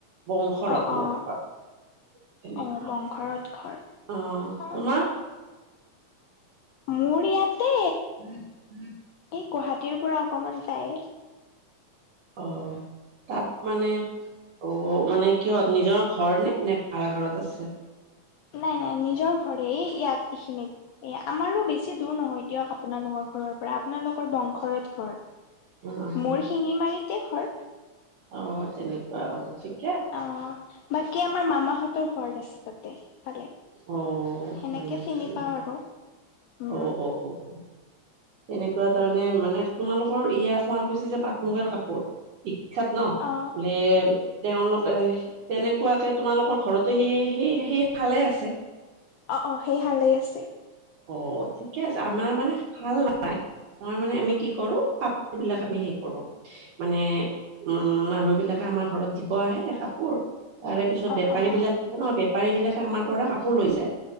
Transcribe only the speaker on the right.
বংশৰত
মোৰ
ঘৰ। তেনেকুৱা
অঁ
তোমাৰ?
<unintelligible>
অ'হ তাত মানে? অহ' মানে কিহত নিজৰ ঘৰ নে? নে ভাড়া ঘৰত আছে?
অ', অ',
অ' তেনেকুৱা আৰু অ <unintelligible>
অ'
হয় নেকি?
অ' অ' অ' তেনেকুৱা তাৰমানে মানে তোমালোকৰ এয়া শুৱালকুছি যে পাট মুগাৰ কাপোৰ ই বিখ্যাত ন
এ <unintelligible> তেওঁলোকে তেনেকুৱাকে তোমালোকৰ ঘৰতো সি সি সি ভালে আছে।
অহ ঠিকে আছে, আমাৰ মানে ভাল নাপাই। মই মানে আমি কি কৰো, কাপোৰ বিলাক আমি হেই কৰো। মানে উম মানুহ বিলাকে আমাৰ ঘৰত দিব আহে কাপোৰ। তাৰে পিছত
বেপাৰী
বিলাক ন বেপাৰী বিলাকে আমাৰ পৰা কাপোৰ লৈ যায়।